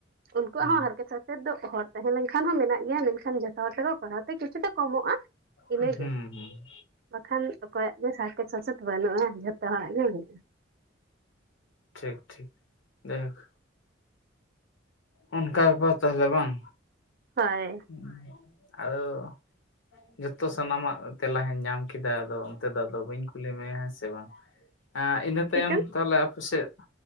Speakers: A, on the right; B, on the left.
A: ᱩᱱᱠᱩᱣᱟᱜ
B: ᱦᱩᱸ
A: ᱦᱚᱸ ᱦᱟᱨᱠᱮᱛ ᱥᱟᱥᱮᱛ ᱫᱚ ᱦᱚᱲ ᱛᱟᱦᱮᱸ ᱞᱮᱱᱠᱷᱟᱱ ᱦᱚᱸ ᱢᱮᱱᱟᱜ ᱜᱮᱭᱟ ᱢᱮᱱᱠᱷᱟᱱ ᱡᱷᱚᱛᱚ ᱦᱚᱲ ᱛᱮᱠᱚ ᱠᱚᱨᱟᱣ ᱛᱮ ᱠᱤᱪᱷᱩ ᱫᱚ ᱠᱚᱢᱚᱜᱼᱟ ᱤᱱᱟᱹᱜᱮ
B: ᱦᱩᱸ ᱦᱮᱸ
A: ᱵᱟᱠᱷᱟᱱ ᱚᱠᱚᱭᱟᱜ ᱜᱮ ᱦᱟᱨᱠᱮᱛ ᱥᱟᱥᱮᱛ ᱵᱟᱹᱱᱩᱜᱼᱟ ᱡᱷᱚᱛᱚ ᱦᱚᱲᱟᱜ ᱜᱮ ᱢᱮᱱᱟᱜᱼᱟ
B: ᱴᱷᱤᱠ ᱴᱷᱤᱠ ᱡᱟᱭᱦᱳᱠ ᱚᱱᱠᱟ ᱵᱮᱯᱟᱨ ᱛᱟᱦᱚᱞᱮ ᱵᱟᱝ
A: ᱦᱳᱭ
B: ᱦᱳᱭ ᱟᱫᱚ ᱡᱚᱛᱚ ᱥᱟᱱᱟᱢᱟᱜ ᱛᱮᱞᱟ ᱦᱚᱧ ᱧᱟᱢ ᱠᱮᱫᱟ ᱟᱫᱚ ᱚᱱᱛᱮ ᱫᱚ ᱟᱫᱚ ᱵᱟᱹᱧ ᱠᱩᱞᱤ ᱢᱮᱭᱟ ᱦᱮᱸ ᱥᱮ ᱵᱟᱝ ᱤᱱᱟᱹ ᱛᱟᱭᱚᱢ
A: ᱪᱮᱫ ᱪᱚᱝ
B: ᱛᱟᱦᱚᱞᱮ ᱟᱯᱮ ᱥᱮᱫ